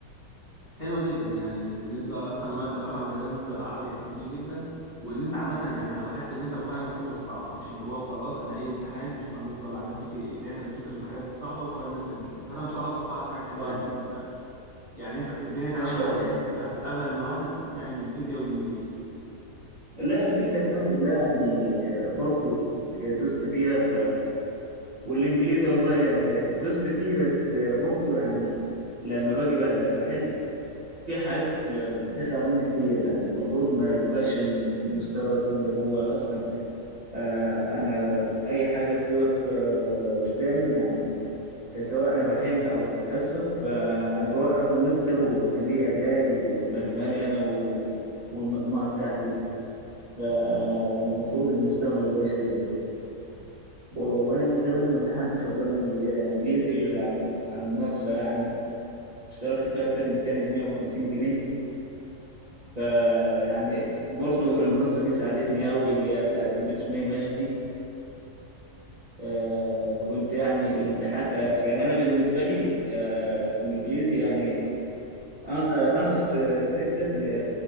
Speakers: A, on the left; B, on the right.
A: حلو جدا يعني بالنسبه اصلا لماده رقم زي ده بالنسبه للعربي يعني جميل جدا وان انت عامه يعني أنا لاحظت ان انت بتقارن من الكتب الصعبه مش اللي هو خلاص انا اي امتحان مش خلصت ولا عملت فيه ايه لا انت بتشوف الحاجات الصعبه وتقارن نفس البيئه فانا ان شاء الله اتوقع لك حاجه حلوه
B: اه
A: يعني
B: إن
A: في المستقبل يعني انت الدنيا تمام
B: شاء
A: معاك
B: الله
A: يعني في آه، في اغلب المواد باستثناء الفيزياء والانجليزي
B: لا الفيزياء الحمد لله يعني آه، برضو آه، دوست فيها ف... والإنجليزي والله يعني دوست فيه بس آه، برضو يعني لما باجي ب- بحل في حاجات بتقع مني كتير يعني المفروض ما يبقاش المستوى ده اللي هو أصلا آه، أنا أي حاجة بتقف آه، قدامي يعني سواء انا بحل او في الحصه فانا بوقف المستر وبخليه يعدال ويفهمها لي انا و... والمجموعه بتاعتي ف يعني المفروض المستوى ما يبقاش كده و... وانا من زمان ما امتحنتش والله إنجل- انجليزي غير على على المنصه يعني اشتركت فيها الترم التاني ب 150 جنيه ف يعني برضو المنصه دي ساعدتني قوي اللي هي بتاعت مس مي مجدي آه كنت يعني الامتحان آه يعني انا بالنسبه لي آه في الانجليزي يعني أن- آه، انقص آه، ستة في ال-